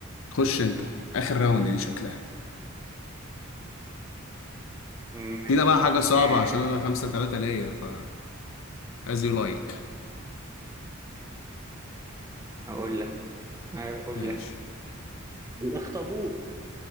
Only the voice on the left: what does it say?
خش انت اخر راوند دي شكلها
دينا بقى حاجة صعبة
عشان انا خمسة تلاتة ليا ف as you like
ماشي